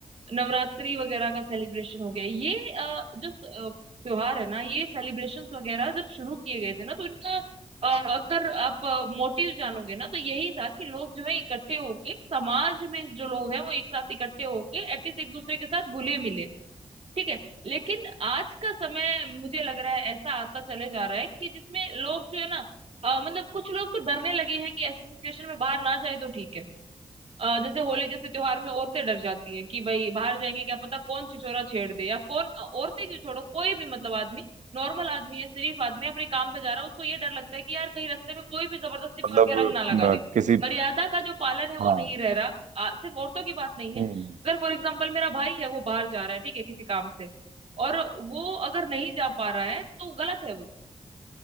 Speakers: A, on the right; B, on the right.
A: नवरात्रि वगैरह का सेलिब्रेशन हो गया ये अ, जो स- अ, त्योहार है ना ये सेलिब्रेशंस वगैरह जब शुरू किए गए थे ना तो इनका अ, अगर आप मोटिव जानोगे ना तो यही था कि लोग जो है इकट्ठे होके समाज में जो लोग हैं वो एक साथ इकट्ठे होके एटलीस्ट एक दूसरे के साथ घुले मिले ठीक है लेकिन आज का समय मुझे लग रहा है ऐसा आता चले जा रहा है कि जिसमें लोग जो है ना अ, मतलब कुछ लोग तो डरने लगे हैं कि ऐसी सिचुएशन में बाहर ना जाए तो ठीक है अ, जैसे होली जैसे त्योहार में औरतें डर जाती है कि भाई बाहर जाएंगे क्या पता कौन छिछोरा छेड़ दे या कौन अ, औरतें क्यों छोड़ो कोई भी मतलब आदमी नॉर्मल आदमी है शरीफ आदमी है, अपने काम पे जा रहा है उसको ये डर लगता है कि यार कहीं रास्ते में कोई भी जबरदस्ती
B: मतलब
A: पकड़ के रंग ना लगा
B: अ,
A: दे
B: किसी
A: मर्यादा का जो पालन है वो
B: हाँ
A: नहीं रह रहा अ, सिर्फ औरतों की बात नहीं है
B: हम्म
A: अगर फॉर एग्जाम्पल मेरा भाई है वो बाहर जा रहा है ठीक है किसी काम से और वो अगर नहीं जा पा रहा है तो गलत है वो